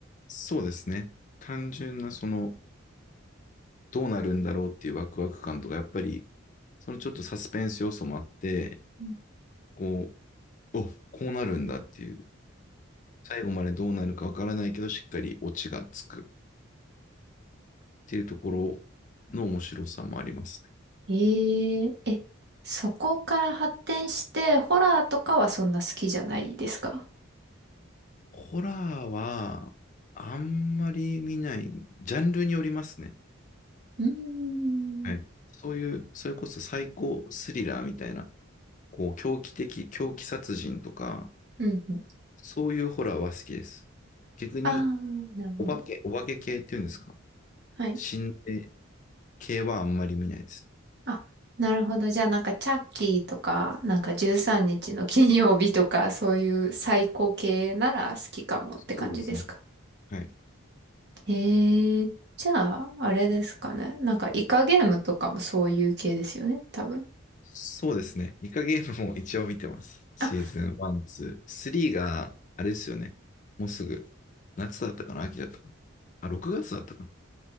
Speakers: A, on the left (about 35°); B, on the right (about 55°).
A: そうですね。単純なその、どうなるんだろうっていうワクワク感とか、やっぱり、そのちょっとサスペンス要素もあって、
B: うん
A: こう、おこうなるんだっていう、最後までどうなるかわからないけど、しっかりオチがつくっていうところの面白さもありますね。
B: えー、え、そこから発展して、ホラーとかはそんな好きじゃないですか
A: ホラーは、あんまり見ない、ジャンルによりますね。
B: うーん
A: はい。そういう、それこそ最高スリラーみたいな、こう、狂気的、狂気殺人とか、
B: うんうん。
A: そういうホラーは好きです。逆に、
B: ああ、なるほど。
A: お化け、お化け系っていうんですか
B: はい。
A: 心霊系はあんまり見ないです。
B: あ、なるほど。じゃあなんかチャッキーとか、なんか13日の金曜日とか、そういう最高系なら好きかもって感じですか
A: そうですね。はい。
B: ええじゃあ、あれですかね。なんか、イカゲームとかもそういう系ですよね、多分。
A: そうですね。イカゲームも一応見てます。シーズン1、
B: あ、
A: 2、3が、あれですよね。もうすぐ、夏だったかな秋だったかなあ、6月だったかな